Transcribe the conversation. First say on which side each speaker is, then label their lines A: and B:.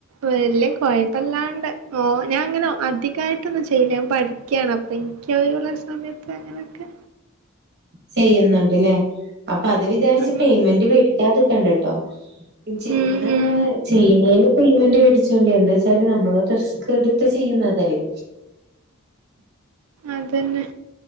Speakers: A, on the right; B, on the right.
A: വല്ല കുഴപ്പ ല്ലാണ്ട് ഓ ഞാൻ അങ്ങനെ അധികായിട്ടൊന്നും ചെയ്ല്ല ഞാൻ പഠിക്ക്യായാണ് അപ്പ ഇ ൻക്ക് ഒഴിവുള്ള സമയത്ത് അങ്ങനെയൊക്കെ
B: ചെയ്യുന്നുണ്ട്ലേ അപ്പൊ അത് വിചാരിച്ച്
A: ഉം
B: പേയ്മെന്റ് വേടിക്കാതെക്കണ്ട ട്ടോ ചെയ്യ്ണേ
A: ഉം ഉം ഉം
B: ചെയ്യ്ണേന് പേയ്മെൻ്റ് വേടി ച്ചോണ്ടി എന്താ ച്ചാല് നമ്മള് റിസ്ക് എടുത്ത് ചെയ്യുന്നതല്ലേ
A: അതന്നെ